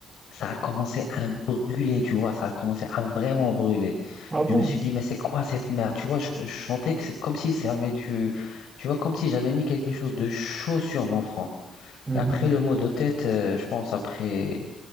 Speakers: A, on the left; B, on the right.
A: Ça a commencé à brûler, tu vois, ça a commencé à vraiment brûler.
B: Ah bon?
A: Je me suis dit, mais c'est quoi cette merde? Tu vois, je, je sentais que c'est comme si j'avais du, tu vois, comme si j'avais mis quelque chose de chaud sur mon front.
B: Mhm.
A: Et après le mot de tête, euh, je pense après,